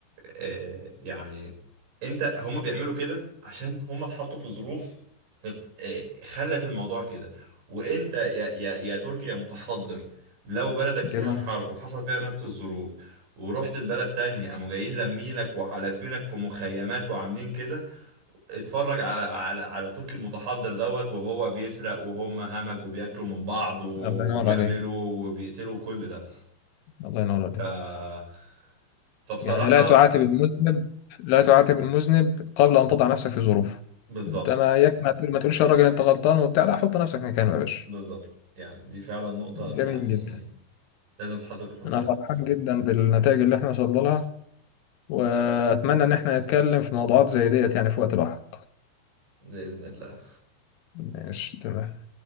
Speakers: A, on the right (about 85°); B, on the left (about 75°).
A: آه، يعني انت هم بيعملوا كده عشان هم اتحطوا في ظروف تت- آه، خلت الموضوع كده وانت يا يا يا تركي يا متحضر لو بلدك فيها
B: جميل
A: حرب وحصل فيها نفس الظروف ورحت البلد تانية قاموا جايين لمينك وحالفينك في مخيمات وعاملين كده اتفرج على على على تركي المتحضر دوت وهو بيسرق وهم همج وبياكلوا من بعض وبيعملوا
B: الله ينور عليك
A: وبيقتلوا كل ده
B: الله ينور عليك
A: ف فبصراحة
B: يعني لا تعاتب المذنب لا تعاتب المذنب قبل أن تضع نفسك في ظروفه
A: بالظبط
B: أنت ما يك ما تقول ما تقولش يا راجل أنت غلطان وبتاع لا حط نفسك مكانه يا باشا
A: بالظبط يعني دي فعلا نقطة
B: جميل
A: يعني
B: جدا
A: لازم تتحط في الحسبان
B: أنا فرحان جدا بالنتائج اللي إحنا وصلنا لها وأتمنى إن إحنا نتكلم في موضوعات زي ديت يعني في وقت لاحق
A: بإذن الله
B: ماشي تمام